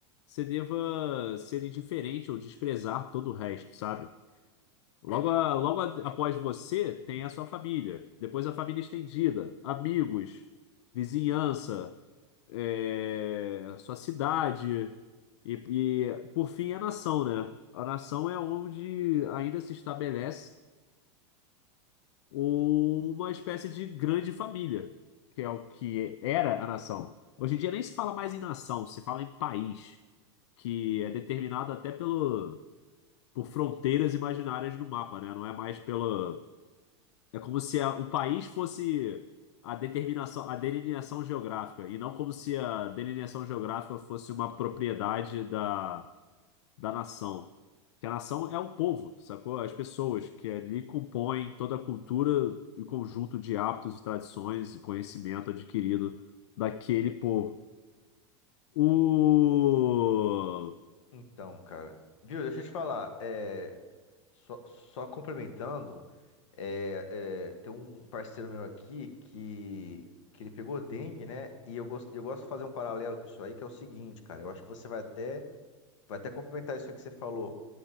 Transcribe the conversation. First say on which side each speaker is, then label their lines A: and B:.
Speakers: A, on the left (about 70°); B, on the left (about 85°).
A: você deva ser indiferente ou desprezar todo o resto, sabe? Logo, a- logo a- após você, tem a sua família. Depois a família estendida, amigos, vizinhança, é, sua cidade. E, e, por fim, a nação, né? A nação é onde ainda se estabelece uma espécie de grande família, que é o que era a nação. Hoje em dia nem se fala mais em nação, se fala em país, que é determinado até pelo, por fronteiras imaginárias no mapa, né? Não é mais pelo É como se a- o país fosse a determinação, a delineação geográfica, e não como se a delineação geográfica fosse uma propriedade da, da nação. Que a nação é o povo, sacou? As pessoas que ali compõem toda a cultura e o conjunto de hábitos e tradições e conhecimento adquirido daquele povo. O...
B: Então, cara. Viu, deixa eu te falar. É, só, só complementando, é, é, tem um parceiro meu aqui que, que ele pegou dengue, né? E eu gosto, eu gosto de fazer um paralelo com isso aí, que é o seguinte, cara. Eu acho que você vai até, vai até complementar isso aí que você falou.